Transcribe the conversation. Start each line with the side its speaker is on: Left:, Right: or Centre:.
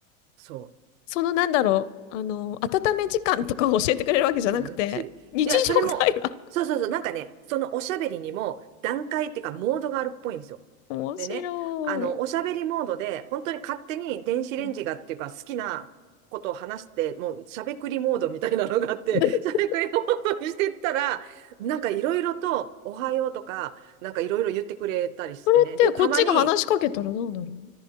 Right: そう。
Left: そのなんだろう。あの、温め時間とかを教えてくれるわけじゃなくて、
Right: うん、つい。
Left: 日常会話。
Right: いや、それも、そうそうそう、なんかね、そのおしゃべりにも段階っていうか、モードがあるっぽいんですよ。
Left: <laughs> 面白い。
Right: でね、あの、おしゃべりモードで、本当に勝手に電子レンジがっていうか、
Left: うん
Right: 好きなことを話して、もうしゃべくりモードみたいなのがあって、
Left: <laughs>
Right: <laughs> しゃべくりモードにしてったら、なんかいろいろと、おはようとか、なんかいろいろ言ってくれたりしてね。
Left: それってこっちが話しかけたらどうなるの
Right: で、たまに、